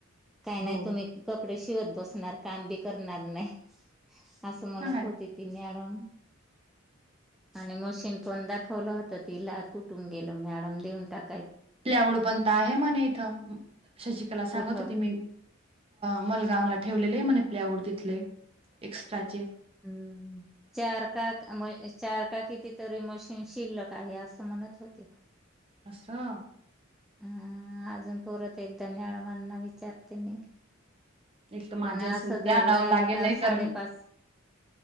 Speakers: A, in the centre; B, on the right.
A: काय
B: हो
A: नाही तुम्ही कपडे शिवत बसणार काम बी करणार नाही. असं म्हणत
B: सांगाय
A: होती ती न मॅडम आणि मशीन पण दा... दाखवलं होतं तिला तुटून गेल मॅडम देऊन टाक
B: प्लाऊड पणंत आहे मणे इथं शशिकाला सांगत
A: कुठं
B: होती मी मल... गावला ठेवले आहे म्हणे प्लाऊड तिथले एक्स्ट्राचे.
A: हम्म चार का म चार का किती तरी मशीन... शिल्लक आहे असं म्हणत होते.
B: असा.
A: हा अजून परत एकदा मॅडमांना विचारते मी.
B: एक तर माझ्या
A: पण
B: असेल
A: असं
B: ते
A: जर
B: आणावं
A: राहिल
B: लागेल
A: का
B: नाही तर
A: साडेपाच...